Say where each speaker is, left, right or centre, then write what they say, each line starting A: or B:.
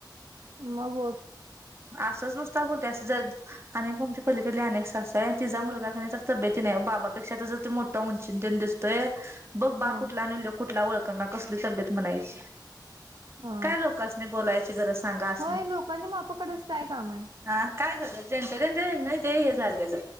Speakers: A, on the right; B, on the right.
A: मग होत
B: असच नुसत नुसता बोलत्या अस अनेक आमची पलीकडली अनेक सासू आहे तिचा मुलगा कणी जरा तब्येतीन आहे आहो बाबापेक्षा कणी मोठा उंचीन तेन दिसतोय बघ
A: हा
B: बा कुठला आन ल्योक कुठला ओळखणा कसली तब्येत म्हणायची
A: हा
B: काय लोकांसनी बोलायची गरज सांगा असली
A: होय लोकांनी माप काडायचं काय काम आहे
B: हा काय झालं ज्यांच्या त्यांच्याना ते हे झालेलं